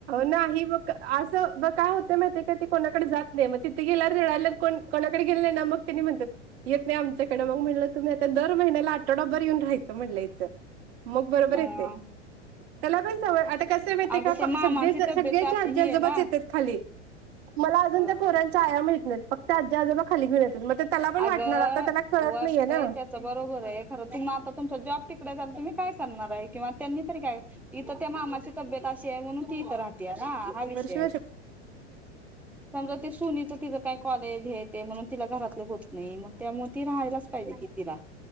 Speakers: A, on the right (about 60°); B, in the centre.
A: नाही बघ असं ब काय होते माहिती काय, ते कोणाकडे जात नाही मग, तिथे गेल्या वर रडायल्याव कोण कोणाकडे गेली नाही ना, मग तेनी म्हणतात येत नाही आमच्याकडे मग म्हटलं, तुम्ही आता दर महिन्याला तो डब्बर येऊन राहील. म्हटलं इथ मग बरोबर
B: अ
A: येतेय, त्याला पण सवय आता कसयं माहितयं
B: अगं
A: का?
B: ते मामांची
A: सगळेच
B: तब्येत
A: सगळ्यांचे
B: अशी
A: आजी
B: ही
A: आजोबाच
B: आहे ना
A: येतात, खाली मला आजून
B: अ
A: त्या पोरांच्या आया माहित नाहीत, फक्त आज्या आजोबा खाली घेऊन येतात, मग त्याला पण वाटणार
B: अगं
A: आता त्याला कळत
B: वाटतंय
A: नाहीये ना.
B: त्याच बरोबर आहे, खरं तुम आता तुमचा जॉब तिकडेच आहे तुम्ही काय करणार आहे, किंवा त्यांनी तरी काय? इथं त्या मामाची तब्येत अशी आहे, म्हणून ती इथं राहते ना हा विषय
A: वर्ष वर्ष
B: आहे. समजा ते सुनीच तिचं काय कॉलेज हे ते म्हणून, तिला घरातल होत नाही, मग त्यामुळे ती राहायलाच पाहिजे कि तिला.